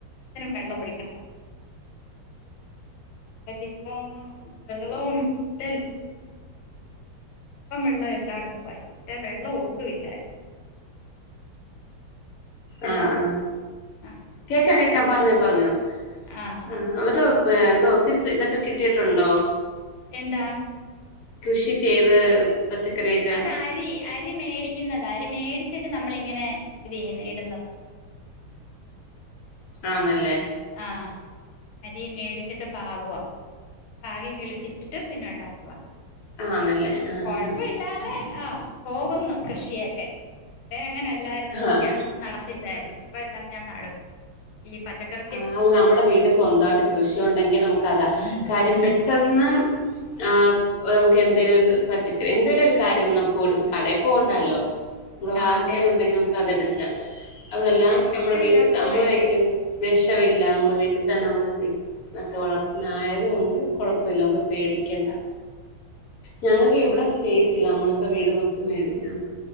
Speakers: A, on the left; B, on the left.
A: വെള്ളം ഒഴിക്കണം വല്ലിപ്പൊന്നും വെള്ളവും ഇല്ലല്ലോ ഇപ്പം വെള്ളം എല്ലാടത്തും മറ്റേ വെള്ളം ഒട്ടും ഇില്ലായിരുന്നു ഹലോ
B: ആ ആ
A: ആഹ്
B: കേക്ക് ആ പറഞ്ഞോ പറഞ്ഞോ
A: ആഹ്
B: ആ എന്നിട്ടോ
A: പിന്നെ
B: ആ ഒത്തിരി ഇതൊക്കെ കിട്ടിയിട്ടുണ്ടോ
A: എന്താ
B: കൃഷി ചെയ്ത് പച്ചക്കറിയൊക്കെ
A: അത് അരി അരി മേടിക്കുന്നത് അരി മേടി വച്ചിട്ട് നമ്മള ഇങ്ങനെ ഇത് ചെയ്യുന്ന ഇടുന്നതാ
B: ആനല്ലേ
A: ആ അരി മേടിച്ചിട്ട് പാകുവാ പാകി കിളിപ്പി ചുറ്റ പിന്നെ ഉണ്ടാക്കുക
B: ആന്നല്ലേ ആഹ്
A: കൊഴപ്പ ഇില്ലാതെ ആഹ പോകുന്നു കൃഷിയൊക്കെ അങ്ങനെ ഇല്ലായിരുന്ന ഓ
B: ആഹ്
A: ഞാനൊന്നും നടത്തില്ലായിരുന്ന ഇപ്പ എല്ലാം ഞാൻ നടും ഈ പച്ചക്കറി
B: ആ അല്ല നമ്മുടെ വീട് സ്വന്തമായിട്ട് കൃഷിയ ഉണ്ടെങ്കിൽ നമുക്ക്താ കാര്യം പെട്ട പെട്ടെന്ന് ആ നമുക്ക് എന്തെങ്കിലും ഒരു പച്ചക്കറി എന്തേലും ഒരു കാര്യം വന്നാൽ പോവാണ്ടല്ലോ കടേ പോണ്ടല്ലോ ഇവിടെ വാധിക്കലുണ്ടെങ്കി
A: ആ അതെ അതെ
B: നമക്കത് എടുക്ക ക്ക അതല്ല
A: അതെ വിഷമില്ലാത്തത്
B: നമ്മടെ വീട്ടിൽ നമ്മള്
A: കഴിക്കാം
B: വെക്ക വിഷമില്ല നമ്മുടെ വീട്ടിൽ തന്നെ നമ്മള് നട്ട് വളർത്തുന്ന ആയത കൊണ്ട് കൊഴപ്പമില്ല നമുക്ക് പേടിക്കണ്ട ഞങ്ങൾക്ക് എവിടെ സ്പേസ് ഇല്ല നമ്മൾ ഇപ്പോൾ വീട് മൊത്തം മേടിച്ചോളൂ